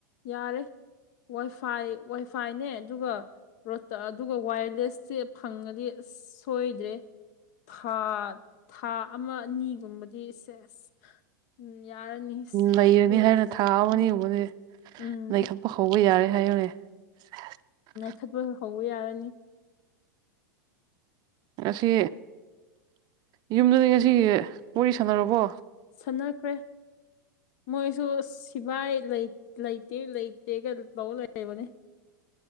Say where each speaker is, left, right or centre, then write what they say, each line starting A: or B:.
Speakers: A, on the left; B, on the right.
A: ꯌꯥꯔꯦ ꯋꯥꯏ ꯐꯥꯏ ꯋꯥꯏꯐꯥꯏꯅꯦ ꯑꯗꯨꯒ ꯔꯣꯠꯇ ꯑꯗꯨꯒ ꯋꯥꯌꯔꯂꯦꯁꯁꯦ ꯐꯪꯉꯗꯤ ꯁꯣꯏꯗ꯭ꯔꯦ ꯊꯥ ꯊꯥ ꯑꯃ ꯑꯅꯤꯒꯨꯝꯕꯗꯤ ꯁꯦꯁ ꯎꯝ ꯌꯥꯔꯅꯤ
B: ꯅꯩꯔꯅꯤ
A: ꯎꯝ
B: ꯍꯥꯏꯅ ꯊꯥ ꯑꯃꯅꯤ‌
A: ꯎꯝ
B: ꯒꯨꯝꯕꯗꯤ
A: ꯎꯝ
B: ꯅꯩꯈꯠꯄ ꯍꯧꯕ ꯌꯥꯔꯦ <unintelligible>
A: ꯊꯕꯛ ꯍꯧꯕ ꯌꯥꯔꯅꯤ
B: ꯉꯁꯤ ꯌꯨꯝꯗꯨꯗꯤ ꯉꯁꯤꯒꯤ ꯋꯥꯔꯤ ꯁꯥꯟꯅꯔꯕꯣ
A: ꯁꯥꯝꯅꯈ꯭ꯔꯦ ꯃꯣꯏꯁꯨ ꯁꯤꯕꯥꯏ ꯂꯩ ꯂꯩꯇꯦ ꯂꯩꯇꯦꯒ ꯇꯧ ꯂꯩꯕꯅꯦ